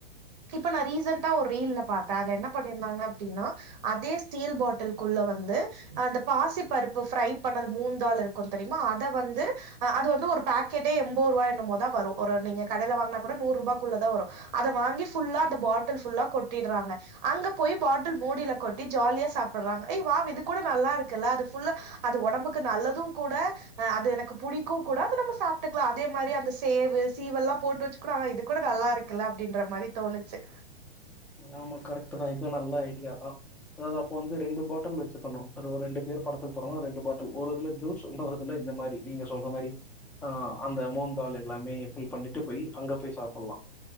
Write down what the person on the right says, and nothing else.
இப்ப நா ரீசண்டா ஒரு ரீல்ல பாத்தே அதுல என்ன பண்ணியிருந்தாங்க அப்டின்னா அதே ஸ்டீல் பாட்டில்குள்ள வந்து அந்த பாசி பருப்பு ஃப்ரை பண்ணது மூங் தால் இருக்கு தெரியுமா அத வந்து அ அது வந்து ஒரு பாக்கெட்டே எம்போரூவா என்னமோதா வரு ஒரு நீங்க கடைல வாங்குனா கூட நூறு ரூபாக்குள்ள தா வரு அத வாங்கி ஃபுல்லா அந்த பாட்டில் ஃபுல்லா கொட்டிட்றாங்க அங்க போய் பாட்டில் மூடில கொட்டி ஜாலியா சாப்பிட்றாங்க ஏ வாவ் இது கூட நல்லா இருக்குல்ல அது ஃபுல்லா அது ஒடம்புக்கு நல்லது கூட அ அது எனக்கு புடிக்கு கூட அத நம்ம சாப்ட்டுக்லா அதே மாரி அந்த சேவு சீவெல்லா போட்டு வெச்சு கூட ஆனா இது கூட நல்லா இருக்குல்ல அப்டின்ற மாரி தோணுச்சு